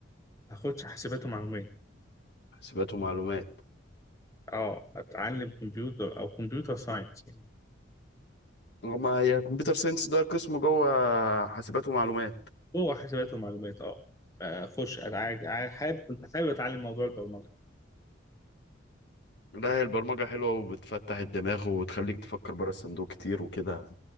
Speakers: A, on the left; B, on the left.
A: هاخدش حسابات ومعلومات
B: حاسبات ومعلومات
A: اه اتعلم كمبيوتر او كمبيوتر ساينس يعني
B: ما هي كمبيوتر ساينس ده قسم جوه حاسبات ومعلومات
A: هو حسابات ومعلومات اه اخش انا عاج- عاي- حابب كنت حابب اتعلم موضوع البرمجه
B: لا هي البرمجة حلوة وبتفتح الدماغ وتخليك تفكر بره الصندوق كتير وكده